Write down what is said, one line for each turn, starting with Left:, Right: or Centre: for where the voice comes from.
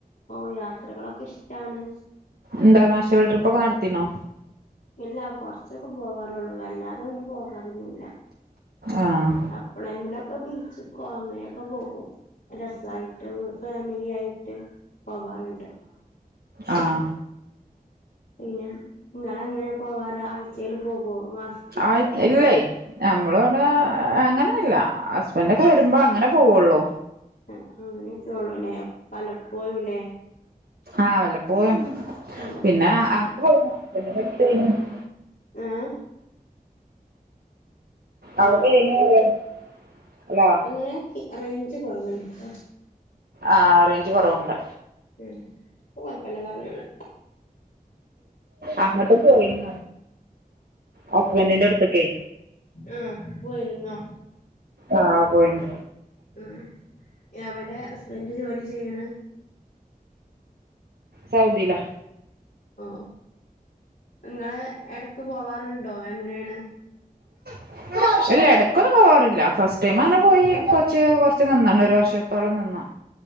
Left: ഓ യാത്രകളൊക്കെ ഇഷ്ടാണ്
Right: ഇന്റർനാഷണൽ ട്രിപ്പൊക്കെ
Left: അങ്ങനെ പോണ്
Right: നടത്തിണോ
Left: ഇല്ല കൊറച്ചൊക്കെ പോകാറുള്ളു വല്ലാതെങ്ങട്ട് പോകാറൊന്നുല്ല
Right: ആഹ
Left: എപ്പളെലെങ്കിലൊക്കെ ബീച്ചിക്കോ അങ്ങനെയൊക്കെ പോകും രസായിട്ട് ഫാമിലിയായിട്ട് പോകാറുണ്ട്
Right: ആഹ
Left: പിന്നെ നിങ്ങളെങ്ങനെയാ പോവാറ് ആഴ്ചയിൽ പോകോ മാസ
Right: ആഹാ ഇല്ലേ നമ്മളിവിട അങ്ങനെയൊന്നുല്ല ഹസ്ബന്റൊക്കെ വരുമ്പോ അങ്ങനെ പോവുള്ളൂ
Left: ആ അങ്ങനെയൊക്കെ ഉള്ളൂല്ലെ പലപ്പോയുംല്ലേ
Right: ആ വല്ലപ്പോയും
Left: ഉം
Right: പിന്നെ അങ്
Left: ഉം
Right: <unintelligible>
Left: ഏഹ് ഹലോ
Right: അവിടെയ്നിം റയാ ഹലോ
Left: എങ്ങനെ റേഞ്ച് കുറവാണ് ട്ടോ
Right: ആ റൈഞ്ച് കുറവുണ്ട്
Left: ഉം ഇപ്പംകൊഴപ്പല്ല പറഞ്ഞോളീം
Right: അങ്ങോട്ട് പോയിനോ ഹസ്ബന്റിന്റെ അടുത്ക്കേ
Left: ആഹ പോയിരുന്നോ
Right: ആ പോയിന്
Left: ഉം എവടെ ഹസ്ബന്റ് ജോലി ചെയ്യണ്
Right: സൗദിലാ
Left: ഓ ഇങ്ങള് എടക്ക് പോവാറുണ്ടോ എങ്ങനെയാണ്
Right: <inaudible> ഇല്ല എടക്ക്പോവാറില്ല ഫസ്റ്റ് ടൈം അങ്ങനെ പോയി കൊറച്ച് കൊറച്ച് നിന്നിണ് ഒരു വർഷത്തോളം നിന്നു